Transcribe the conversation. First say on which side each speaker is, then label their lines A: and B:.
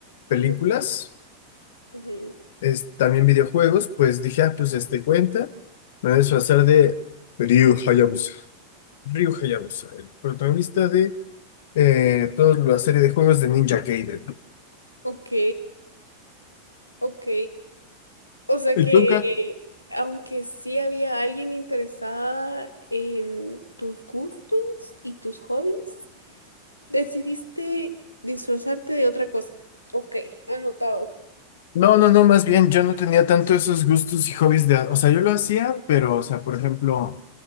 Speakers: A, on the left; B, on the left.
A: películas.
B: ujú, ujú.
A: es, también videojuegos, pues dije, ah, pues este cuenta, me voy a disfrazar de Ryu Hayabusa. Ryu Hayabusa, el protagonista de eh, toda la serie de juegos de Ninja Gaiden.
B: Ok, ok. O sea
A: ¿Y
B: que,
A: tú, Kat?
B: aunque sí había alguien interesada en tus gustos y tus hobbies, decidiste disfrazarte de otra cosa. Ok, anotado.
A: No, no, no, más bien yo no tenía tanto esos gustos y hobbies de, o sea, yo lo hacía, pero, o sea, por ejemplo,